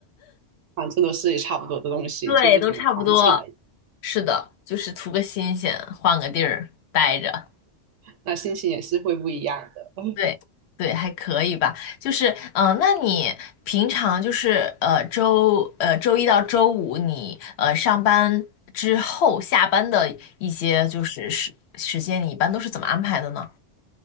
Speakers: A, on the right (about 80°); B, on the left (about 65°).
A: 反正都是差不多的东西，
B: <laughs> 对，
A: 就不同环境而已，
B: 都差不多。是的，就是图个新鲜，换个地儿待着。
A: 那心情也是会不一样的。<laughs>
B: 对对，还可以吧。就是嗯、呃那你平常就是呃周呃周一到周五你呃上班之后下班的一些就是时时间，你一般都是怎么安排的呢？